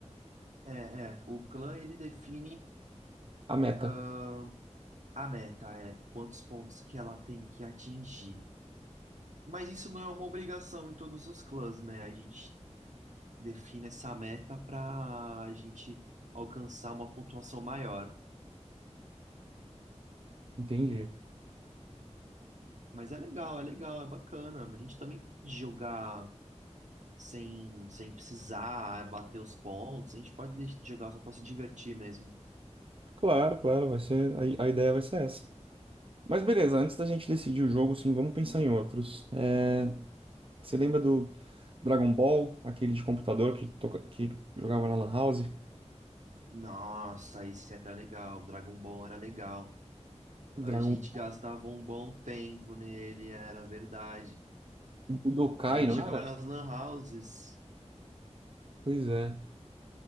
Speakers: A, on the right (about 85°); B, on the right (about 50°).
A: é, é, o clã ele define
B: a meta.
A: ah, a meta, é quantos pontos que ela tem que atingir. Mas isso não é uma obrigação em todos os clãs, né? A gente define essa meta para a gente alcançar uma pontuação maior.
B: Entendi.
A: Mas é legal, é legal, é bacana. A gente também pode jogar sem, sem precisar é, bater os pontos. A gente pode deix- jogar só para se divertir mesmo.
B: Claro, claro, vai ser a, a ideia vai ser essa. Mas beleza, antes da gente decidir o jogo, sim, vamos pensar em outros. É, você lembra do Dragon Ball, aquele de computador que, toca- que jogava na Lan House?
A: Nossa, esse era legal. O Dragon Ball era legal.
B: Dragon
A: A gente gastava um bom tempo nele, era verdade.
B: Budokai,
A: A gente
B: não
A: jogava
B: era?
A: nas lan houses.
B: Pois é.